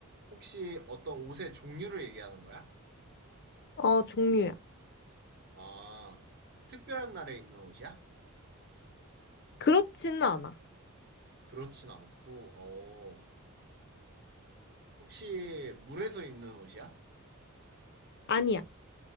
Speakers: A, on the right (about 50°); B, on the left (about 50°).
A: 혹시 어떤 옷의 종류를 얘기하는 거야?
B: 어, 종류야.
A: 아, 특별한 날에 입는 옷이야?
B: 그렇지는 않아.
A: 그렇진 않고, 어, 혹시 물에서 입는 옷이야?
B: 아니야.